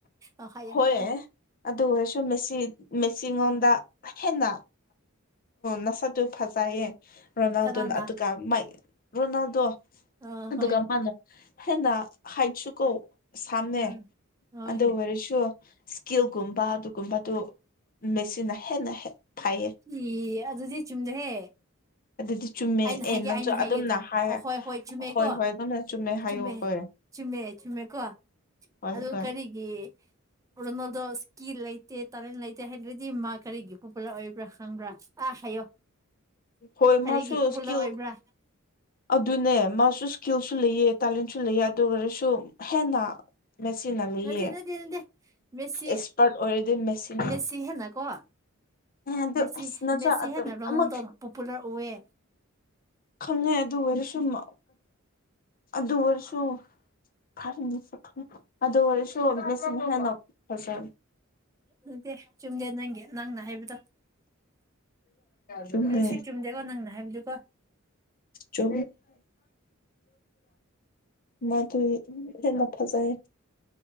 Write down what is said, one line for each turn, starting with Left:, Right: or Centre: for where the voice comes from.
Right: ꯑ ꯍꯥꯏꯌꯦ
Left: ꯍꯣꯏ
Right: ꯍꯥꯏꯌꯦ
Left: ꯑꯗꯨ ꯁꯨꯝ ꯃꯁꯤꯁꯤ ꯃꯦꯆꯉꯣꯟꯗ ꯍꯦꯟꯅ ꯅꯁꯠꯇꯨ ꯐꯖꯩꯌꯦ ꯔꯣꯅꯥꯜꯗꯣꯅ
Right: ꯀꯅꯥꯅ
Left: ꯑꯗꯨꯒ ꯃꯥꯏ ꯔꯣꯅꯥꯜꯗꯣ
Right: ꯑ
Left: ꯑꯗꯨꯒ
Right: ꯍꯣꯏ
Left: ꯃꯥꯅꯣ ꯍꯦꯟꯅ ꯍꯥꯏꯠꯁꯨ ꯀꯧ ꯁꯥꯝꯃꯦ
Right: ꯎꯝ ꯍꯣꯏ
Left: ꯑꯗꯨ ꯑꯣꯏꯔꯁꯨ ꯏꯁꯀꯤꯜꯒꯨꯝꯕ ꯑꯗꯨꯒꯨꯝꯕꯗꯨ ꯃꯦꯆꯤꯟꯅ ꯍꯦꯟꯅ ꯐꯩꯌꯦ
Right: ꯏ ꯑꯗꯨꯗꯤ ꯆꯨꯝꯗꯣꯍꯦ
Left: ꯑꯗꯨꯗꯤ ꯆꯨꯝꯃꯦ
Right: ꯑꯩꯅ
Left: ꯑꯦ
Right: ꯍꯥꯏꯒꯦ
Left: ꯅꯪꯁꯨ
Right: ꯑꯩꯅ ꯍꯥꯏꯌꯦꯗ
Left: ꯑꯗꯨꯝꯅ ꯍꯥꯏ
Right: ꯑꯣ ꯍꯣꯏ ꯍꯣꯏ ꯆꯨꯝꯃꯦꯀꯣ
Left: ꯍꯣꯏ ꯅꯪꯅ ꯍꯥꯏꯌꯣ
Right: ꯆꯨꯝꯃꯦ
Left: ꯍꯣꯏ
Right: ꯆꯨꯝꯃꯦ ꯆꯨꯝꯃꯦꯀꯣ
Left: ꯍꯣꯏ
Right: ꯑꯗꯨ
Left: ꯍꯣꯏ
Right: ꯀꯔꯤꯒꯤ ꯀꯣꯅꯣꯗꯣ ꯁꯀꯤ ꯂꯩ ꯇꯦ ꯇꯥꯂꯦꯟ ꯂꯩꯇꯦ ꯍꯥꯏꯗ꯭ꯔꯗꯤ ꯃꯥ ꯀꯔꯤꯒꯤ ꯄꯨ ꯄꯨꯂ ꯑꯣꯏꯕ꯭ꯔꯥ ꯈꯪꯕ꯭ꯔꯥ ꯑꯥ ꯍꯥꯏꯌꯣ
Left: ꯍꯣꯏ
Right: ꯀꯔꯤꯒꯤ
Left: ꯃꯥꯁꯨ
Right: ꯄꯣꯄꯨꯂꯔ
Left: ꯏꯁꯀꯤꯜ
Right: ꯑꯣꯏꯕ꯭ꯔꯥ
Left: ꯑꯗꯨꯅꯦ ꯁꯨ ꯏꯁꯀꯤꯜꯁꯨ ꯂꯩꯑ ꯇꯦꯂꯦꯟꯁꯨ ꯂꯩꯑ ꯑꯗꯨ ꯑꯣꯏꯔꯁꯨ ꯍꯦꯟꯅ ꯃꯦꯆꯤꯟꯅ ꯂꯩꯌꯦ
Right: ꯅꯠꯇꯦ ꯅꯠꯇꯦ ꯅꯠꯇꯦ ꯃꯦꯁꯤ
Left: ꯑꯦꯛꯁꯄꯥꯔꯠ ꯑꯣꯏꯔꯗꯤ ꯃꯦꯆꯤꯟꯅ
Right: ꯃꯦꯁꯤ ꯍꯦꯟꯅꯀꯣ
Left: ꯑꯗꯨ
Right: ꯃꯦꯁꯤ
Left: ꯑꯁ ꯅꯁꯨ
Right: ꯃꯦꯁꯤ
Left: ꯑꯗꯨꯝ
Right: ꯍꯦꯟꯅ ꯔꯣꯅꯥꯜꯗꯣꯅ
Left: ꯑꯃꯨꯛ
Right: ꯄꯣꯄꯨꯂꯔ ꯑꯣꯏꯌꯦ
Left: ꯈꯪꯉꯦ ꯑꯗꯨ ꯑꯣꯏꯔ ꯁꯨꯝꯃ ꯑꯗꯨꯁꯨ ꯐꯔꯅꯤ ꯑꯗꯨ ꯑꯣꯏꯔꯁꯨ ꯃꯦꯆꯤꯟ ꯍꯦꯟꯅ ꯐꯖꯕ
Right: ꯑꯗꯨꯠꯇꯦ ꯆꯨꯝꯗꯦ ꯅꯪꯒꯤ ꯅꯪꯅ ꯍꯥꯏꯕꯗꯣ
Left: ꯆꯨꯝꯃꯦ
Right: ꯀꯔꯤ ꯁꯤ ꯆꯨꯝꯗꯦꯀꯣ ꯅꯪꯅ ꯍꯥꯏꯕꯗꯨꯀꯣ
Left: ꯆ ꯃꯥꯗꯨꯏ ꯍꯦꯟꯅ ꯐꯖꯌꯦ